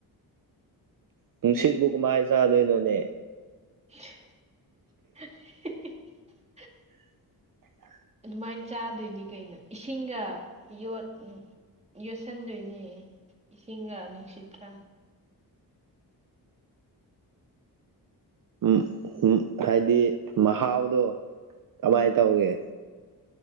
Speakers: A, on the right; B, on the right.
A: ꯅꯨꯡꯁꯤꯠꯕꯨ ꯀꯃꯥꯏ ꯆꯥꯗꯣꯏꯅꯣꯅꯦ?
B: <unintelligible>
A: <unintelligible>
B: ꯑꯗꯨꯃꯥꯏ ꯆꯥꯗꯣꯏꯅꯤ ꯀꯩꯅꯣ ꯏꯁꯤꯡꯒ ꯌꯣꯠ ꯌꯣꯠꯁꯤꯟꯗꯣꯏꯅꯦ ꯏꯁꯤꯡꯒ ꯅꯨꯡꯁꯤꯠꯀ
A: ꯎꯝ ꯎꯝ ꯍꯥꯏꯗꯤ ꯃꯍꯥꯎꯗꯣ ꯀꯃꯥꯏ
B: ꯑꯥ
A: ꯇꯧꯒꯦ?